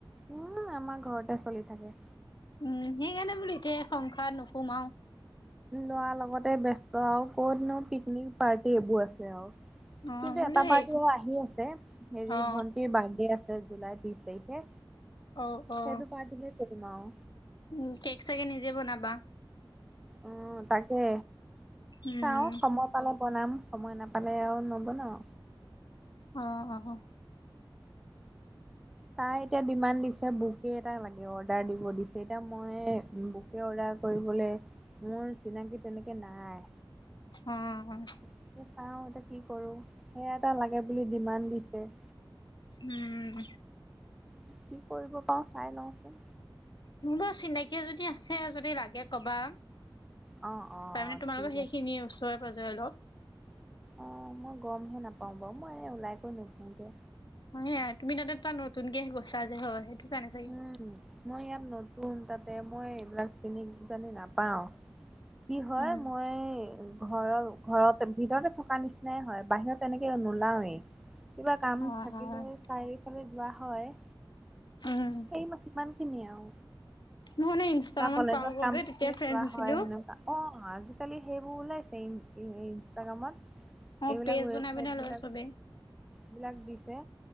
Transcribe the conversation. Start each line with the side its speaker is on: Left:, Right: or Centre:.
Centre: উম' আমাৰ ঘৰতে চলি থাকে।
Left: উম' সেইকাৰণে বোলো, এতিয়া এই সংসাৰত নোসোমাওঁ।
Centre: ল'ৰাৰ লগতে ব্যস্ত আৰু ক'ত নো পিকনিক, পাৰ্টি এইবোৰ আছে আও
Left: অ
Centre: কিন্তু
Left: বোলো
Centre: এটা
Left: সেই
Centre: পাৰ্টি আহি আছে, হেৰি
Left: অ
Centre: ভন্টিৰ বাৰ্থডে আছে, জুলাই ত্ৰিশ তাৰিখে।
Left: অ-অ,
Centre: সেইটো পাৰ্টিহে কৰিম আৰু।
Left: উম'কেক চাগে নিজে বনাবা?
Centre: উম' তাকে,
Left: উম
Centre: চাওঁ সময় পালে বনাম। সময় নাপালে আও নবনাও।
Left: অ-অ
Centre: তাই এতিয়া ডিমাণ্ড দিছে, বুকে এটা লাগে। অৰ্ডাৰ দিব দিছে। এতিয়া মই বু বুকে অৰ্ডাৰ কৰিবলে, মোৰ চিনাকি তেনেকে নাই।
Left: অহ
Centre: তাকে চাওঁ, এতিয়া কি কৰো? সেয়া এটা লাগে বুলি ডিমাণ্ড দিছে।
Left: উম'
Centre: কি-কি কৰিব পাওঁ, চাই লওঁচোন।
Left: মোহলো চিনাকি এজনী আছে, যদি লাগে কবা।
Centre: অঁ অঁ
Left: তাৰ মানে তোমালোকৰ
Centre: ঠিক
Left: সেইখিনিয়ে,
Centre: আছে
Left: ওচৰে- পাজৰে অলপ।
Centre: অ' মই গম হে নাপাও বাওঁ মই ওলাই কৈ নুফো য়ে।
Left: বঢ়িয়াই তুমি তাতে তাত নতুনকে গৈছা যে হয় সেইটো। কাৰণে চাগে
Centre: উম, মই ইয়াত নতুন তাতে মই এইবিলাক চিনি জানি নাপাওঁ। কি হয়
Left: উম
Centre: মই ঘৰৰ ঘৰত ভিতৰতে থকা নিচিনাই হয় বাহিৰত তেনেকে নোলাওৱেই। কিবা কাম
Left: অ',
Centre: থাকিলে
Left: অ',
Centre: চাৰিফালে যোৱা হয়।
Left: উম।
Centre: সেই কিমান খিনি আও
Left: মই মানে ইনষ্টাগ্ৰামত
Centre: বা কলেজত
Left: পাওঁ কওঁ
Centre: কাম
Left: যে
Centre: থাকিলে
Left: তেতিয়া ফ্ৰেণ্ড
Centre: যোৱা
Left: হৈছিলো।
Centre: হয় সেনেকুৱা। অ' আজিকালি সেইবোৰ ওলাইছে ইনষ্টাগ্ৰামত।
Left: অ',
Centre: এইবিলাগ
Left: পেজ
Centre: ৱেবছাইট
Left: বনাই বনাই
Centre: বিলাক
Left: লয় চবেই।
Centre: বিলাক দিছে